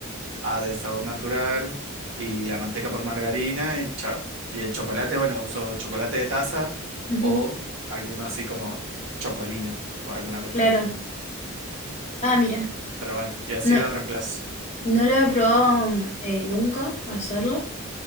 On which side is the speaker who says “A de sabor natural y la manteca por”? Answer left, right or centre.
Right